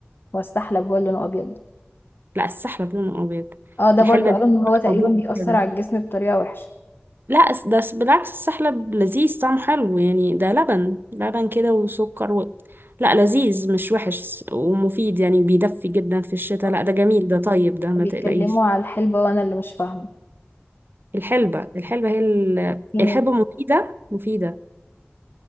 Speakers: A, on the left (about 60°); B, on the right (about 60°).
A: واستحلب هو اللي لونه أبيض
B: لا السحلب لونه أبيض
A: اه ده
B: الحلبة
A: برضو قالوا
B: دي
A: إن هو تقريبا
B: حبوب
A: بيأثر
B: كده
A: على الجسم بطريقة وحشة
B: لا الس- ده س- بالعكس السحلب لذيذ طعمه حلو يعني ده لبن لبن كده وسكر و... لا لذيذ مش وحش ومفيد يعني بيدفي جدا في الشتاء
A: آه.
B: لا ده جميل ده طيب ده ما
A: بيتكلموا
B: تقلقيش
A: على الحلبة وأنا اللي مش فاهمة
B: الحلبة الحلبة هي ال...
A: هي
B: الحلبة مفيدة مفيدة